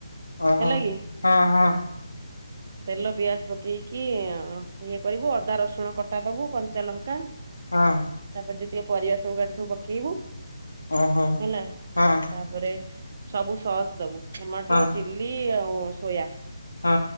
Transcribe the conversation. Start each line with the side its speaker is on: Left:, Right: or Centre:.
Left: ଅହ
Right: ହେଲା
Left: ହଁ
Right: କି
Left: ହଁ।
Right: ତେଲ ପିଆଜ ପକେଇକି ଇଏ କରିବୁ ଅଦା ରସୁଣ କଟା ଦବୁ କଞ୍ଚା ଲଙ୍କା
Left: ହଁ।
Right: ତାପରେ ଯେତିକି ପରିବା ସବୁ କାଟି ଥିବୁ ପକେଇବୁ
Left: ଓହୋ
Right: ହେଲା
Left: ହଁ
Right: ତାପରେ ସବୁ ସସ୍ ଦବୁ ଟମାଟୋ
Left: ହଁ
Right: ଚିଲି ଆଉ ସୋୟା।
Left: ହଁ